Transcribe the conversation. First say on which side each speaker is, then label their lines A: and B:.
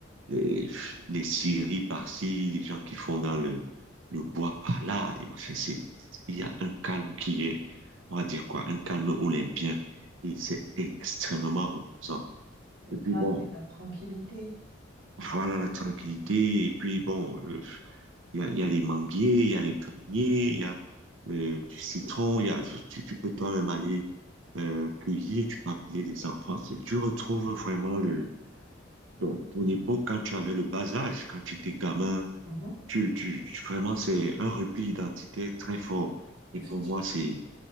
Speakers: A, on the right (about 75°); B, on the right (about 55°).
A: les, les scieries par-ci, les gens qui font dans le, le bois par-là, des machins. C'est, il y a un calme qui est, on va dire quoi, un calme olympien. Et c'est extrêmement reposant.
B: le
A: Et
B: calme
A: puis bon,
B: et la tranquillité.
A: voilà la tranquillité. Et puis bon, euh, il y a, il y a les manguiers, il y a les pruniers, il y a euh, du citron, il y a, tu, tu peux toi-même aller euh, cueillir, tu peux appeler les enfants. C'est- Tu retrouves vraiment le, ton, ton époque quand tu avais le bas âge, quand tu étais gamin.
B: Mhm,
A: Tu, tu, tu- vraiment, c'est un repli identitaire très fort. Et
B: Effectivement.
A: pour moi, c'est,